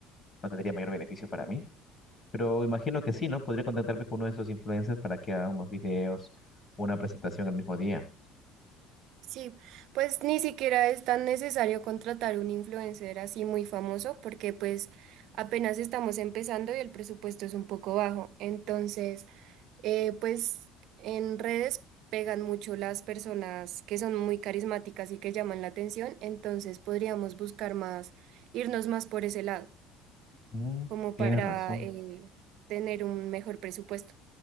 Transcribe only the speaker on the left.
no tendría mayor beneficio para mí. Pero imagino que sí, ¿no? Podría contactarme con uno de esos influencers para que haga unos videos, una presentación el mismo día.
Mm,
tienes
razón.